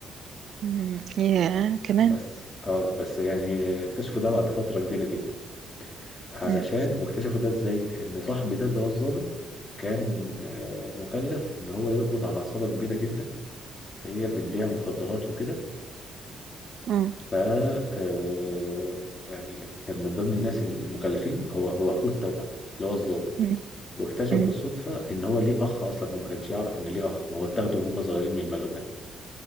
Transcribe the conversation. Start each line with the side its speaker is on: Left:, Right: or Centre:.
Right: أمم، ياه كمان
Left: بس اه بس يعني اكتشفوا ده بعد فترة كبيرة جدا علشان
Right: أمم،
Left: واكتشفوا ده ازاي ان صاحبي ده اللي هو الظابط كان آه، مكلف ان هو يقبض على عصابة كبيرة جدا هي بتبيع مخدرات وكده
Right: مم.
Left: ف آه، يعني كان من ضمن الناس المكلفين هو هو اخوه التوأم اللي هو الضابط
Right: أمم،
Left: واكتشف
Right: أمم،
Left: بالصدفة ان هو ليه اخ اصلا هو ما كانش يعرف ان ليه اخ ما هو اتاخده وهم صغيرين من الملجأ